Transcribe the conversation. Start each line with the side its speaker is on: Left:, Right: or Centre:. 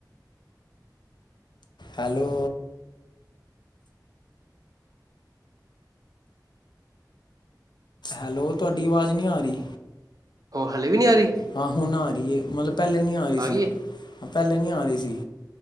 Left: ਹੈਲੋ, ਹੈਲੋ, ਤੁਹਾਡੀ ਆਵਾਜ਼ ਨਹੀਂ ਆ ਰਹੀ।
Right: ਹ ਹਲੇ ਵੀ ਨਹੀਂ ਆ ਰਹੀ।
Left: ਹਾਂ ਹੁਣ ਆ ਰਹੀ ਹੈ, ਮਤਲਬ ਪਹਿਲੇ ਨਹੀਂ ਆ ਰਹੀ ਸੀ।
Right: ਗਈ
Left: ਹਾਂ,
Right: ਏ
Left: ਪਹਿਲੇ ਨਹੀਂ ਆ ਰਹੀ ਸੀ।